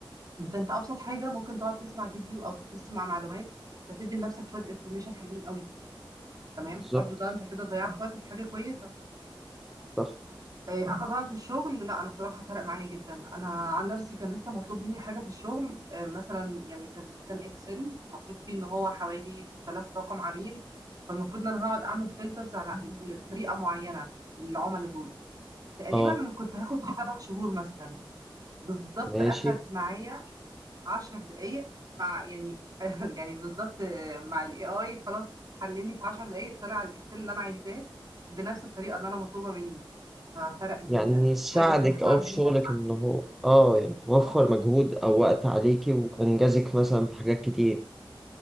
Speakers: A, on the right; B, in the centre.
A: ده انت ابسط حاجة ممكن تقعد تسمع فيديو او تسمع معلومات فتدي لنفسك شوية انفورميشن حلوين قوي تمام
B: بالظبط
A: برضو ده انت كده ضيعت وقت في حاجة كويسة
B: صح.
A: إيه، اما بقى في الشغل لا انا بصراحه فرق معايا جدا انا عن نفسي كان لسه مطلوب مني حاجه في الشغل إيه، مثلا يعني كان كان اكسل المفروض فيه ان هو حوالي 6000 رقم عميل فالمفروض ان انا هقعد اعمل فلترز على ل- طريقه معينه في العملاء دول تقريبا
B: اه
A: كنت هاخد فيه 3 شهور مثلا بالظبط
B: ماشي
A: أخد معايا عشر دقايق مع يعني <laughs> يعني بالظبط مع الاي اي خلاص حلل لي في عشر دقايق طلع الاكسل اللي انا عايزاه بنفس الطريقه اللي انا مطلوبه مني ففرق جدا
B: يعني ساعدك
A: حاجه كنت
B: اه
A: هعملها
B: في شغلك
A: لوحدي.
B: ان هو اه يعني وفر
A: اه
B: مجهود او وقت عليكي وانجزك مثلا في حاجات كتير